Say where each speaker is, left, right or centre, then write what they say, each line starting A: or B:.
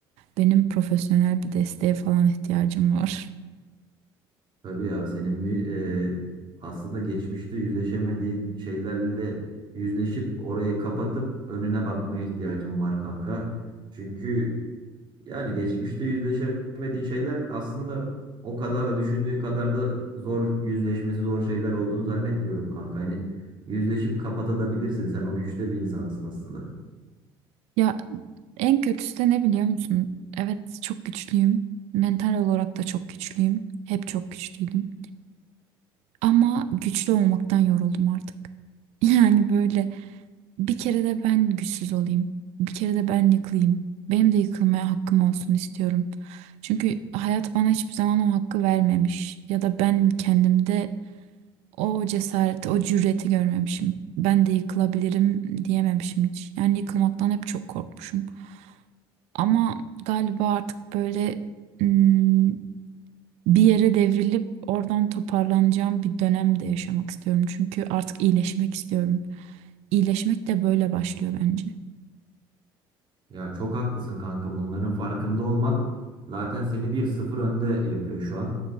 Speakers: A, on the right (about 60°); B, on the right (about 40°).
A: benim profesyonel bir desteğe falan ihtiyacım var.
B: Tabii ya senin bir e, aslında geçmişte yüzleşemediğin şeylerle yüzleşip orayı kapatıp önüne bakmaya ihtiyacın var kanka. Çünkü Yani geçmişte yüzleşemediğin şeyler aslında o kadar da düşündüğün kadar da zor yüzleşmesi zor şeyler olduğunu zannetmiyorum kanka. Hani yüzleşip kapatabilirsin. Sen o güçte bir insansın aslında.
A: Ya en kötüsü de ne biliyor musun? Evet çok güçlüyüm. Mental olarak da çok güçlüyüm. Hep çok güçlüydüm. Ama güçlü olmaktan yoruldum artık. <laughs> Yani böyle Bir kere de ben güçsüz olayım. Bir kere de ben yıkılayım. Benim de yıkılmaya hakkım olsun istiyorum. Çünkü hayat bana hiçbir zaman o hakkı vermemiş. Ya da ben kendimde o cesareti, o cüreti görmemişim. Ben de yıkılabilirim diyememişim hiç. Yani yıkılmaktan hep çok korkmuşum. Ama galiba artık böyle hmm, bir yere devrilip oradan toparlanacağım bir dönemde yaşamak istiyorum. Çünkü artık iyileşmek istiyorum. İyileşmek de böyle başlıyor bence.
B: Ya çok haklısın kanka. Bunların farkında olman zaten seni bir sıfır önde yapıyor şu an.